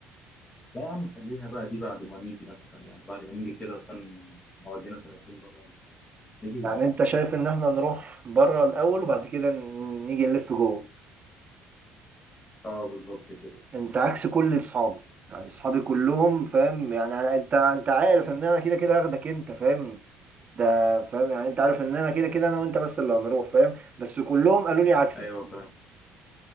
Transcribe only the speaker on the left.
لا يا عم نخليها بقى دي بعد ما نيجي مثلا يعني بعد ما نيجي كده ن- نقعد لنا سنتين بره ولا حاجه نيجي بعد
كده نلف.
اه بالظبط كده
ايوه فاهم